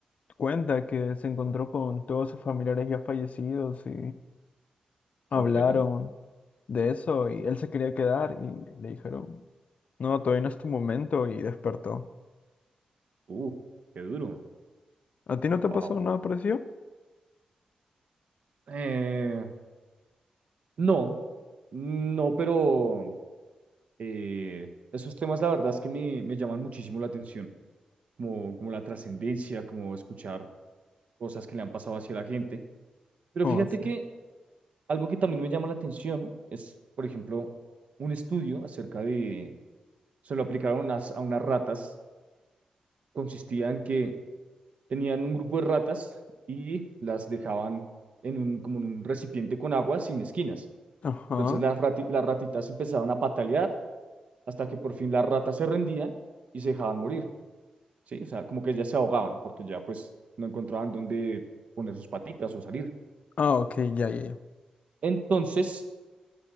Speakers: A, on the left (about 60°); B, on the right (about 60°).
A: Cuenta que se encontró con todos sus familiares ya fallecidos y hablaron
B: Ok.
A: de eso y él se quería quedar y le dijeron, no, todavía no es tu momento y despertó.
B: Uh, qué duro.
A: ¿A ti no te
B: Wow.
A: pasó nada parecido?
B: Eh, no, no, pero eh, esos temas la verdad es que me, me llaman muchísimo la atención, como, como la trascendencia, como escuchar cosas que le han pasado hacia la gente. Pero
A: Oh,
B: fíjate
A: sí.
B: que algo que también me llama la atención es, por ejemplo, un estudio acerca de, se lo aplicaron unas- a unas ratas, consistía en que tenían un grupo de ratas y las dejaban en un, como en un recipiente con agua sin esquinas.
A: Ajá.
B: Entonces las, rati- las ratitas empezaban a patalear hasta que por fin las ratas se rendían y se dejaban morir, ¿sí? O sea, como que ya se ahogaban porque ya pues no encontraban dónde poner sus patitas o salir.
A: Ah, ok, ya, ya, ya.
B: Entonces,